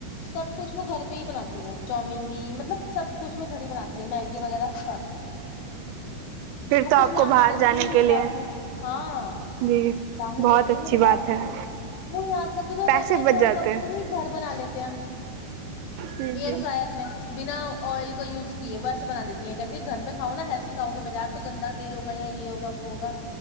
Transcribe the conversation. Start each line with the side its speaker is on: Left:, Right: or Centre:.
Left: سب کچھ وہ گھر پہ ہی بناتی ہیں چامین بھی مطلب سب کچھ وہ گھر ہی بناتی ہیں میگی وغیرہ سب
Right: پھر
Left: وہ
Right: تو آپ
Left: کچھ لانے
Right: کو باہر
Left: دیتی
Right: جانے
Left: نہیں
Right: کے لیے
Left: بجاتے ہاں
Right: جی
Left: لانے
Right: بہت
Left: دیتی
Right: اچھی
Left: نہیں بجاتے
Right: بات ہے
Left: وہ یاد رکھ <inaudible> کہتے
Right: پیسے
Left: ہیں
Right: بچ
Left: گول
Right: جاتے
Left: گپے
Right: ہیں
Left: بھی گھر بنا لیتے ہیں ہم
Right: جی
Left: ایئر فرائر میں بنا آئل کا یوز کیے وہ ایسے بنا دیتی ہیں کہتی ہیں گھر میں کھاؤ نا ہیلدی کاؤ گے بازار تو گندا تیل ہوگا یا یہ ہوگا وہ ہوگا